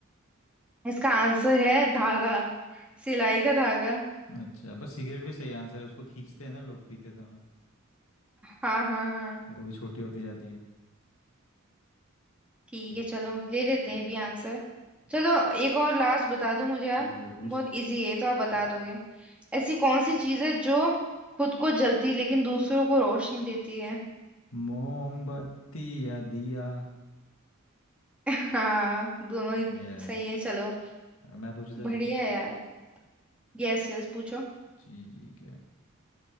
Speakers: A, in the centre; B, on the left (about 70°).
A: <laughs> इसका आंसर है धागा सिलाई का धागा <laughs>
B: अच्छा बस सिगरेट भी सही आंसर है उसको खींचते हैं ना लोग पीते समय
A: हाँ हाँ हाँ
B: तो वो भी छोटी होती जाती है
A: ठीक
B: ठीक
A: है चलो ले लेते
B: हाँ,
A: हैं भी आंसर
B: ठीक
A: चलो एक और लास्ट बता दो मुझे
B: ठीक
A: आप
B: है पूछ
A: बहुत इजी है तो आप बता
B: हाँ
A: दोगे ऐसी कौन सी चीज़ है जो खुद को जलती लेकिन दूसरों को रोशनी देती है
B: मोमबत्ती या दिया
A: <laughs> हाँ दोनों ही
B: यस
A: सही है चलो
B: मैं पूछू तेरे
A: बढ़िया
B: से
A: यार यस यस पूछो
B: ठीक है